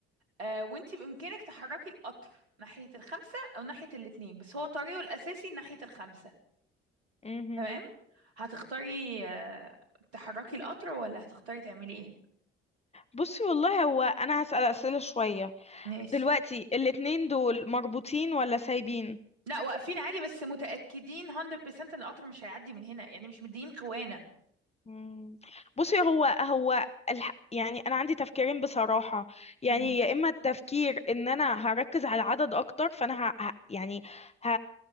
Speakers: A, on the right; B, on the left.
A: آه وانتي بإمكانك تحركي القطر ناحية الخمسة أو ناحية الاتنين بس هو طريقه الأساسي ناحية الخمسة
B: مهم.
A: تمام هتختاري آه تحركي القطر ولا هتختاري تعملي ايه
B: بصي والله هو انا هسأل اسئله شويه
A: ماشي
B: دلوقتي الاتنين دول مربوطين ولا سايبين
A: لا واقفين عادي بس متأكدين 100% ان القطر مش هيعدي من هنا يعني مش مدين خوانا
B: مم. بصي هو هو الح... يعني انا عندي تفكيرين بصراحه يعني
A: امم
B: يا اما التفكير ان انا هركز على العدد اكتر فانا ه... ه- يعني ه...